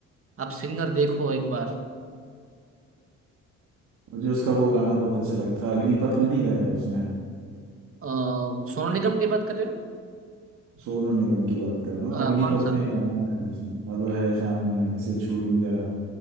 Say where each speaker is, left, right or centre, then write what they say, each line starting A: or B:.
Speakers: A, on the right; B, on the right.
A: आप सिंगर देखो एक बार
B: मुझे उसका वो गाना बहुत अच्छा लगता है अग्निपथ में नहीं गाया है उसने
A: अ, सोनू निगम की बात कर रहे हो
B: सोनू निगम की बात कर रहा हूँ
A: अ,
B: अग्निपथ
A: कौन सा
B: में एक गाना गाया है उसने अब है शाम ने इसे छू लूं जरा